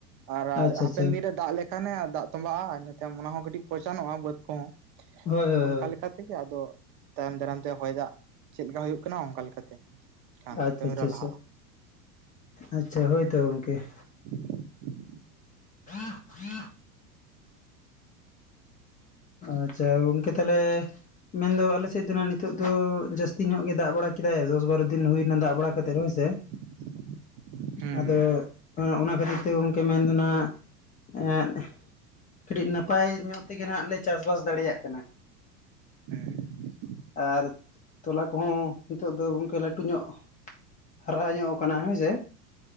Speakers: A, on the right; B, on the left.
A: ᱟᱨ
B: ᱟᱪᱪᱷᱟ
A: ᱦᱟᱯᱮᱱ
B: ᱟᱪᱪᱷᱟ
A: ᱫᱤᱱᱨᱮ ᱫᱟᱜ ᱞᱮᱠᱷᱟᱱᱮ ᱫᱟᱜ ᱛᱚᱸᱵᱟᱜᱼᱟ ᱤᱱᱟᱹ ᱚᱱᱟ ᱦᱚᱸ ᱠᱟᱹᱴᱤᱡ ᱯᱚᱪᱟᱱᱚᱜᱼᱟ ᱵᱟᱹᱫ ᱠᱚᱦᱚᱸ
B: ᱦᱳᱭ ᱦᱳᱭ
A: ᱚᱱᱠᱟ
B: ᱦᱳᱭ
A: ᱞᱮᱠᱟᱛᱮ ᱴᱷᱤᱜᱮᱭᱟ ᱟᱫᱚ ᱛᱟᱭᱚᱢ ᱫᱟᱨᱟᱢ ᱛᱮ ᱦᱚᱭ ᱫᱟᱜ ᱪᱮᱫ ᱞᱮᱠᱟ ᱦᱩᱭᱩᱜ ᱠᱟᱱᱟ, ᱚᱱᱠᱟ ᱞᱮᱠᱟᱛᱮ ᱠᱷᱟᱱ
B: ᱟᱛᱷᱼᱪᱷᱟᱪᱟ
A: ᱠᱟᱹᱢᱤᱨᱮ ᱞᱟᱦᱟᱜᱼᱟ
B: ᱟᱪᱷᱟ ᱦᱳᱭ ᱛᱚ ᱜᱚᱝᱠᱮ ᱾
A: <inaudible>
B: <unintelligible> ᱟᱪᱟ ᱜᱚᱝᱠᱮ ᱛᱟᱞᱦᱮ ᱢᱮᱱ ᱫᱚ ᱟᱞᱮ ᱥᱮᱫ ᱫᱚ ᱱᱟᱦᱟᱸᱜ ᱱᱮᱛᱚᱜ ᱫᱚ ᱡᱟᱹᱥᱛᱤ ᱧᱚᱜ ᱜᱮ ᱫᱟᱜ ᱵᱟᱲᱟ ᱠᱮᱫᱟᱭ, ᱫᱚᱥ ᱵᱟᱨᱚ ᱫᱤᱱ ᱦᱩᱭᱱᱟ ᱫᱟᱜ ᱵᱟᱲᱟ ᱠᱟᱛᱮᱫ ᱦᱳᱭ ᱥᱮ᱾
A: <inaudible> ᱦᱩᱸ
B: ᱟᱫᱚ ᱚᱱᱟ ᱠᱷᱟᱹᱛᱤᱨ ᱛᱮ ᱜᱮ ᱜᱚᱝᱠᱮ ᱢᱮᱱ ᱫᱚ ᱱᱟᱦᱟᱸᱜ ᱮᱸᱫ ᱠᱟᱹᱴᱤᱡ ᱱᱟᱯᱟᱭ ᱧᱚᱜ ᱛᱮᱜᱮ ᱱᱟᱦᱟᱸᱜ ᱞᱮ ᱪᱟᱥᱵᱟᱥ ᱫᱟᱲᱮᱭᱟᱜ ᱠᱟᱱᱟ
A: ᱦᱚᱸ
B: ᱟᱨ ᱛᱚᱞᱟ ᱠᱚᱦᱚᱸ ᱱᱤᱛᱚᱜ ᱫᱚ ᱜᱚᱝᱠᱮ ᱞᱟᱹᱴᱩ ᱧᱚᱜ ᱦᱟᱨᱟ ᱧᱚᱜ ᱟᱠᱟᱱᱟ ᱦᱮᱸ ᱥᱮ,